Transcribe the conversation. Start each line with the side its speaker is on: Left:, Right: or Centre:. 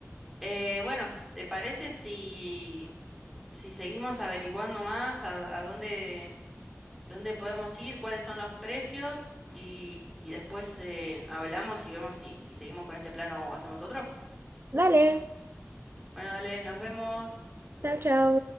Centre: Eh, bueno, ¿te parece si, si seguimos averiguando más a, a dónde, dónde podemos ir, cuáles son los precios y, y después eh, hablamos y vemos si, si seguimos con este plan o hacemos otro?
Right: Dale.
Centre: Bueno, dale, nos vemos.
Right: Chao, chao.